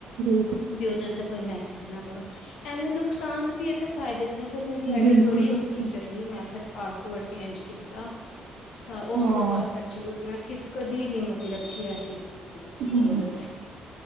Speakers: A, on the right; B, on the left.
A: ਹੂੰ
B: ਵੀ ਉਹਦੇ ਉਤੇ ਕੋਈ ਮੈਸੇਜ ਨਾ ਕਰੋ। ਐਵੇਂ ਨ ਨੁਕਸਾਨ ਵੀ ਏ, ਤੇ ਫਾਇਦੇ ਵੀ ਨੇ ਫਿਰ ਮੇਰੀ ਆਈ
A: ਬਿਲਕੁਲ-ਬਿਲਕੁਲ
B: ਡੀ ਬੜੀ ਔਖੀ ਚੱਲੀ। ਮੈਂ ਫੇਰ ਪਾਸਵਰਡ ਚੇਂਜ ਕੀਤਾ, ਉਸ
A: ਹਾਂ
B: ਤੋਂ ਬਾਅਦ ਟਚਵੁਡ ਮੈਂ, ਕਿਸ ਕਦੀ ਨੀ ਲ ਕੀ ਆ ਚੀਜ਼ ਕੀਤੀ, ਕਿਸੇ
A: ਹੂੰ
B: ਦੇ ਦੇ ਤੇ